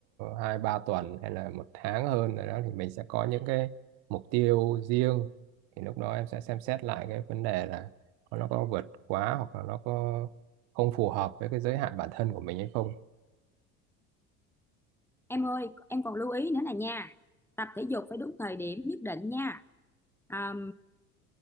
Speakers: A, on the right (about 65°); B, in the centre.
A: hai ba tuần hay là một tháng hơn rồi đó thì mình sẽ có những cái mục tiêu riêng thì lúc đó em sẽ xem xét lại cái vấn đề là nó có vượt quá hoặc là nó có không phù hợp với cái giới hạn bản thân của mình hay không
B: em ơi em còn lưu ý nữa nè nha tập thể dục phải đúng thời điểm nhất định nha à,